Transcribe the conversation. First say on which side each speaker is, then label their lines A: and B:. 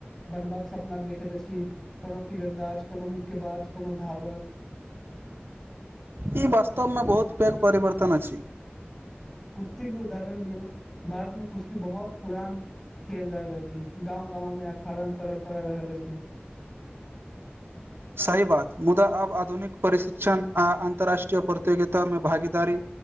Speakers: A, on the left (about 15°); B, on the right (about 65°).
A: बनबाक सपना देखैत अछी कोनो तीरन्दाज कोनो मुक्केबाज कोनो धावक
B: ई वास्तवमे बहुत पैघ परिवर्तन अछि
A: कुश्ती के उदाहरण लियौ भारतमे कुश्ती बहुत पुरान खेल रहल अछि गाँंव गाँवमे अखाड़न परम्परा रहल अछि
B: सही बात मुदा अब आधुनिक प्रशिक्षण आ अन्तर्राष्ट्रीय प्रतियोगितामे भागीदारी